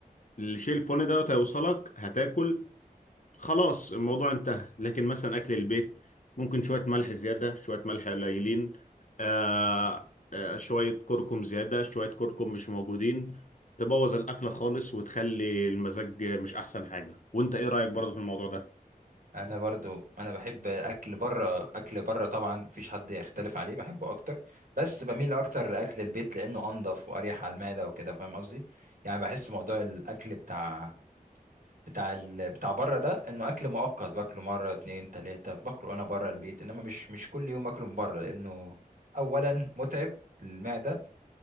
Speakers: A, on the left; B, on the right.
A: الشيء الفلاني ده هيوصلك هتاكل خلاص الموضوع انتهى لكن مثلا اكل البيت ممكن شويه ملح زياده شويه ملح قليلين آه آه شويه كركم زياده شويه كركم مش موجودين تبوظ الاكله خالص وتخلي المزاج مش احسن حاجه وانت ايه رايك برضه
B: مم.
A: في الموضوع ده
B: انا برضو انا بحب اكل بره اكل بره طبعا مفيش حد يختلف عليه بحبه اكتر بس بميل اكتر لاكل البيت لانه انضف واريح على المعدة وكده فاهم قصدي يعني بحس موضوع الاكل بتاع بتاع ال... بتاع بره ده انه اكل مؤقت باكله مره اتنين تلاته باكله انا بره البيت انما مش مش كل يوم اكله من بره لانه اولا متعب للمعده